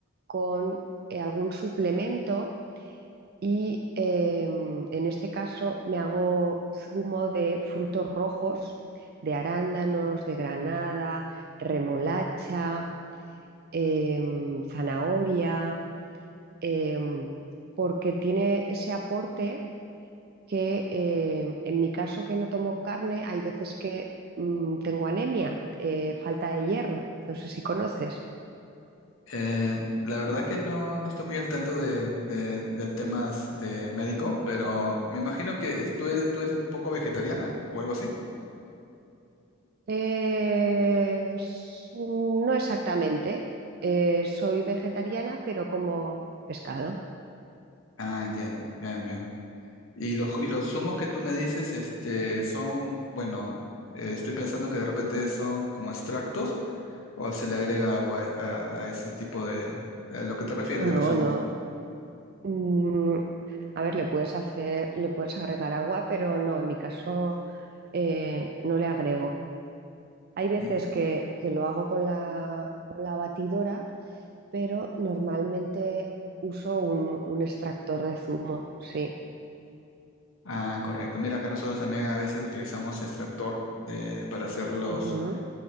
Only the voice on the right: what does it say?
con eh, algún suplemento y eh, en este caso me hago zumo de frutos rojos, de arándanos, de granada, remolacha, em, zanahoria em, porque tiene ese aporte que em, en mi caso que no tomo carne, hay veces que mm, tengo anemia, eh, falta de hierro, no sé si conoces.
Eh, s- no exactamente, Eh, soy vegetariana, pero como pescado.
No,
no. Mm, a ver, le puedes hacer, le puedes agregar agua, pero no, en mi caso eh, no le agrego. Hay veces
que, que lo hago con la, con la batidora, pero normalmente uso un, un extractor de zumo, sí.
Ujú.